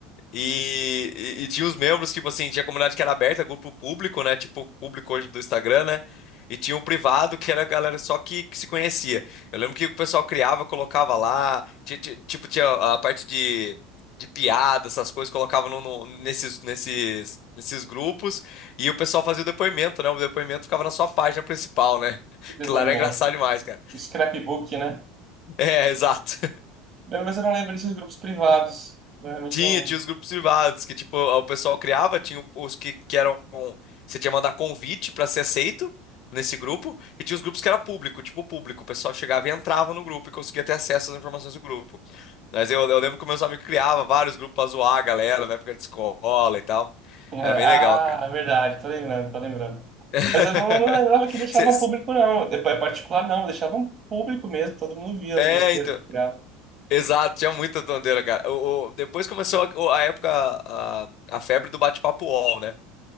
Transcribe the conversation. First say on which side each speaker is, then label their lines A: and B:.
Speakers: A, on the left; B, on the right.
A: E, e- e tinha os membros, tipo assim, tinha comunidade que era aberta, grupo público, né? Tipo, público hoje do Instagram, né? E tinha um privado que era a galera só que, que se conhecia. Eu lembro que o pessoal criava, colocava lá, ti- ti- tipo, tinha a parte de, de piada, essas coisas, colocava no, no- nesses, nesses, nesses grupos, e o pessoal fazia o depoimento, né? O depoimento ficava na sua página principal, né? <laughs>
B: depoimento.
A: Que lá era engraçado demais, cara.
B: O scrapbook, né?
A: É, <laughs> exato.
B: Eu- Mas eu não lembro desses grupos privados. Eu realmente
A: Tinha,
B: não lembro.
A: tinha os grupos privados, que tipo, o pessoal criava, tinha os que, que eram. Você tinha que mandar convite pra ser aceito nesse grupo, e tinha os grupos que era público, tipo público. O pessoal chegava e entrava no grupo e conseguia ter acesso às informações do grupo. Mas eu, eu lembro que meus amigos criavam vários grupos pra zoar a galera na época de escola e tal.
B: Ah,
A: Era bem legal, cara.
B: é verdade, tô lembrando, tô lembrando.
A: <laughs>
B: Mas eu não, não lembrava que deixavam
A: Cê-
B: público, não. É particular, não. Deixavam público mesmo, todo mundo via
A: É,
B: as besteiras
A: então.
B: que criava.
A: Exato, tinha muita tonteira, cara. O, o- depois começou a, o- a época, a, a febre do bate-papo UOL, né?